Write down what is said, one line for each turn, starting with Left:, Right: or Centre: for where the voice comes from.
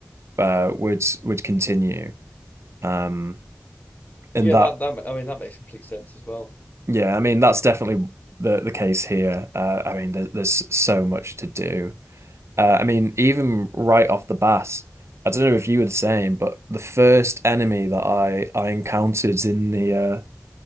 Right: uh would would continue. Um and
Left: Yeah,
Right: that
Left: that that I mean that makes complete sense as well.
Right: yeah, I mean that's definitely the the case here. Uh I mean there, there's so much to do. Uh, I mean, even right off the bat, I don't know if you were the same, but the first enemy that I I encountered in the